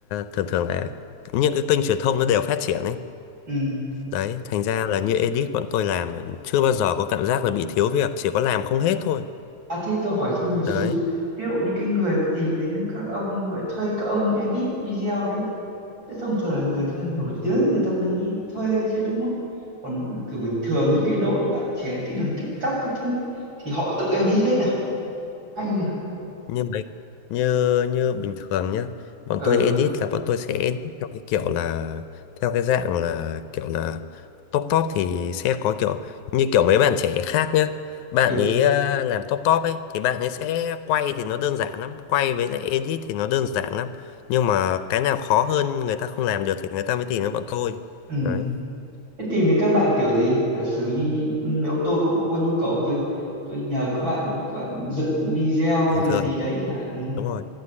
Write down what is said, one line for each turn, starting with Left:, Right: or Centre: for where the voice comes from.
Left: thường thường là những cái kênh truyền thông nó đều phát triển ấy.
Right: ừ.
Left: Đấy, thành ra là như edit bọn tôi làm là chưa bao giờ có cảm giác là bị thiếu việc, chỉ có làm không hết thôi.
Right: à thế tôi hỏi thêm một xíu
Left: Đấy.
Right: ví dụ như cái người mà tìm đến các ông gọi thuê các ông edit video đấy thế thông thường là người ta nổi tiếng người ta mới thuê chứ đúng không còn kiểu bình thường những cái đội bạn trẻ tí làm TikTok các thứ thì họ tự edit hết à hay à
Left: như mấy như như bình thường nhá bọn
Right: ừ
Left: tôi edit là bọn tôi sẽ edit theo cái kiểu là theo cái dạng là kiểu là top top thì sẽ có kiểu như kiểu mấy bạn trẻ khác nhá bạn
Right: ừ
Left: ấy ờ, làm top top ấy thì bạn ấy sẽ quay thì nó đơn giản lắm quay với lại edit thì nó đơn giản lắm nhưng mà cái nào khó hơn người ta không làm được thì người ta mới tìm đến bọn tôi
Right: ừ
Left: đấy
Right: Thế tìm đến các bạn kiểu gì? Giả sử như nếu tôi cũng có nhu cầu tôi tôi nhờ các bạn các bạn dựng video
Left: thường
Right: hay gì
Left: thường
Right: gì đấy chẳng hạn. Ừ.
Left: đúng rồi